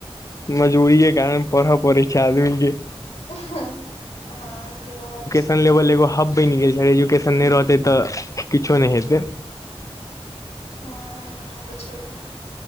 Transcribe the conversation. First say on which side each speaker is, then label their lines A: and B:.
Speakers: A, on the left (about 30°); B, on the left (about 85°).
A: मजबूरिये कारण पढ़ऽ पड़ै छै आदमी के।
B: हँ सेहो बात छै।
A: लेल एगो हब बनि गेल छै। एजुकेशन नहि रहतै तऽ किछो नहि हेतै।
B: ह ओ तऽ छैहे।